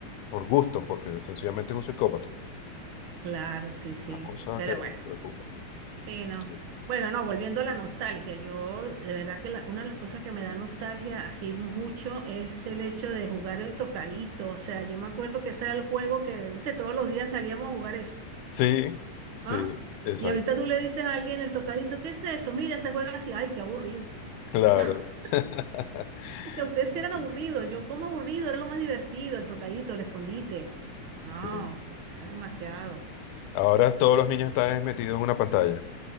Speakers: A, on the left; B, on the right.
A: por gusto, porque sencillamente es un psicópata.
B: claro, sí, sí.
A: Una cosa
B: Pero
A: que
B: bueno,
A: preocupa.
B: sí, no.
A: Sí,
B: Bueno, no, volviendo a la nostalgia, yo de verdad que la- una de las cosas que me da nostalgia así mucho es el hecho de jugar el tocadito. O sea, yo me acuerdo que ese era el juego que, viste, todos los días salíamos a jugar eso.
A: sí, sí,
B: ¿Ah?
A: exacto.
B: Y ahorita tú le dices a alguien el tocadito, ¿qué es eso? Mira, se juega así, ay, qué aburrido.
A: Claro.
B: <laughs>
A: <laughs>
B: Dice, "A ustedes sí eran
A: Sí.
B: aburridos, yo como aburrido, era lo más divertido, el tocadito, el escondite. No,
A: sí.
B: era demasiado.
A: Ahora todos los niños están metidos en una pantalla.